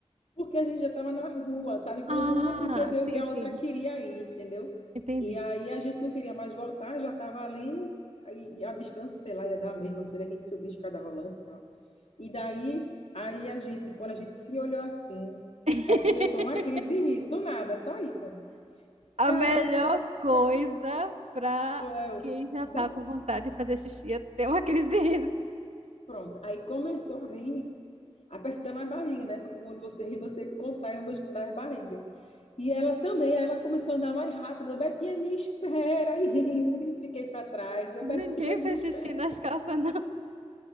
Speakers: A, on the left; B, on the right.
A: porque a gente já estava na rua, sabe? Quando
B: Ah,
A: uma percebeu
B: sim,
A: que a
B: sim,
A: outra queria ir, entendeu?
B: entendi.
A: E aí a gente não queria mais voltar, já estava ali, e e a distância, sei lá, ia dar a mesma, não sei daqui que subir escada rolante e tal. E daí, aí a gente, quando a gente se olhou assim,
B: <laughs>
A: aí começou uma crise de riso, do nada, só isso.
B: A
A: <laughs>
B: melhor coisa para
A: Ou eu,
B: quem já
A: Betânia.
B: tá com vontade de fazer xixi é ter uma crise de riso.
A: Pronto. Aí começou a rir, apertando a barriga, né? Porque quando você ri, você contrai o músculo da barriga. E ela também, aí ela começou a andar mais rápido. Eu, Betinha, me espera. Aí <laughs> eu fiquei para trás. Eu,
B: Ninguém
A: Betinha, me
B: fez
A: espera.
B: xixi nas calças, não.